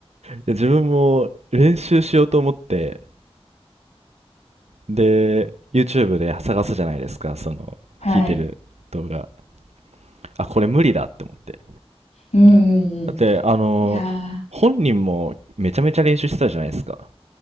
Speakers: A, on the right; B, on the left.
A: で自分も練習しようと思って、で、YouTube で探すじゃないですか、その、
B: はい。
A: 弾いてる動画。あ、これ無理だって思って。
B: うんうんうん。
A: だって、あの、
B: いや
A: 本人もめちゃめちゃ練習してたじゃないですか。